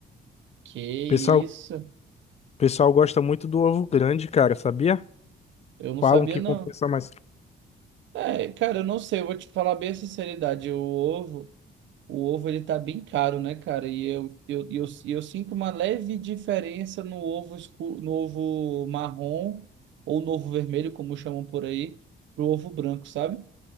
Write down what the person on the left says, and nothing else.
Pessoal,
pessoal gosta muito do ovo grande, cara, sabia?
Falam
que
compensa mais.